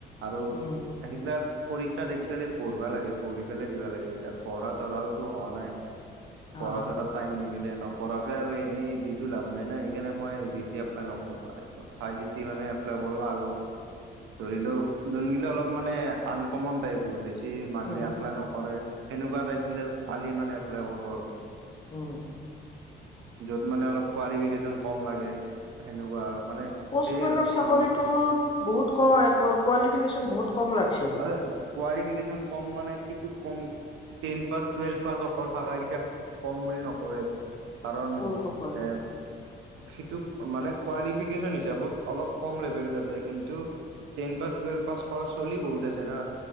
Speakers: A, on the right (about 80°); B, on the left (about 25°).
A: আৰু
B: উম
A: সেইগিলাক- পৰীক্ষাত একচুৱেলি পঢ়িবা লাগে পঢ়ি পেলাই দিবা লাগে এতিয়া পঢ়া চৰাওতো হোৱা নাই। পঢ়া
B: আহ
A: চৰা টাইম নিমিলে। নপৰাকে আৰু এনেই দিটো লাভ নাই না সেইকাৰণে মই যেতিয়া এপ্লাই নকৰো মানে অলপ চাই চিতি মানে- প্লাই কৰো আৰো ধৰিলো জোনগিলা অলপ মানে- আনকমন টাইপবোৰ বেছি মানুহে
B: উম
A: এপ্লাই নকৰে। সেনেকুৱা টাইপ বিলাক পালি মানে এপ্লাই কৰো আৰু।
B: উ।
A: যত মানে অলপ কোৱালিফিকেশচন কম লাগে সেনেকুৱা আৰু মানে সেই
B: পষ্টমেনৰ
A: আৰু
B: চাকৰিটোত
A: কম
B: বহুত ক কোৱালিফিকেশচন বহুত কম লাগিছিল।
A: এ কোৱালিফিকেশ্যন কম মানে সেইটো কম টেন পাছ টুৱেলভ পাছ অকল ভাষ কেইটাক কম বুলি নকয় কাৰণ
B: কোনটো কয়
A: এ সিটো মানে কোৱালিফিকেশচন হিচাপত অলপ কম লেভেলত আছে কিন্তু টেন পাছ টুৱেলভ পাছ কৰা ছোৱালী লি বহুত আছে না